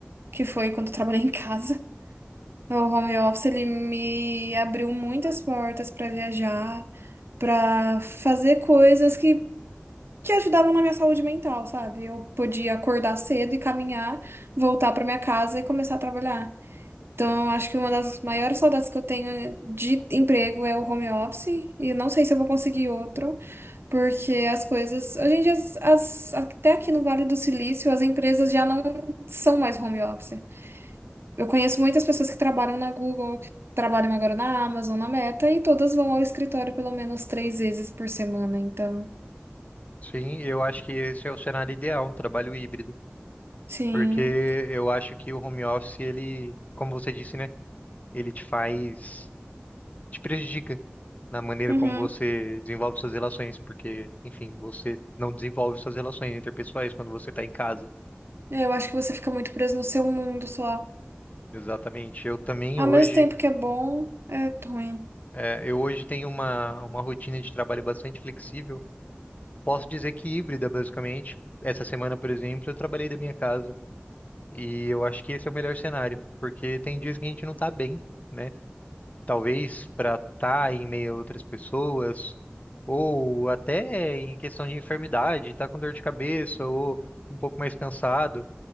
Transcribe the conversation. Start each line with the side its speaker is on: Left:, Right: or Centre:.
Right: que foi quando eu trabalhei em casa. O home office, ele me abriu muitas portas pra viajar, pra fazer coisas que, que ajudavam na minha saúde mental, sabe? Eu podia acordar cedo e caminhar, voltar pra minha casa e começar a trabalhar. Então, acho que uma das maiores saudades que eu tenho de emprego é o home office. E eu não sei se eu vou conseguir outro, porque as coisas. Hoje em dia, as, as- até aqui no Vale do Silício, as empresas já não são mais home office. Eu conheço muitas pessoas que trabalham na Google, que trabalham agora na Amazon, na Meta, e todas vão ao escritório pelo menos três vezes por semana. Então,
Left: Sim, eu acho que esse é o cenário ideal, um trabalho híbrido,
Right: sim.
Left: porque eu acho que o home office, ele, como você disse, né, ele te faz, te prejudica na maneira
Right: Uhum.
Left: como você desenvolve suas relações, porque, enfim, você não desenvolve suas relações interpessoais quando você está em casa.
Right: Eu acho que você fica muito preso no seu mundo só.
Left: Exatamente. Eu também
Right: Ao
Left: hoje,
Right: mesmo tempo que é bom, é ruim.
Left: eh, eu hoje tenho uma, uma rotina de trabalho bastante flexível. Posso dizer que híbrida, basicamente. Essa semana, por exemplo, eu trabalhei da minha casa e eu acho que esse é o melhor cenário, porque tem dias que a gente não tá bem, né? Talvez para estar em meio a outras pessoas, ou até em questão de enfermidade, tá com dor de cabeça ou um pouco mais cansado.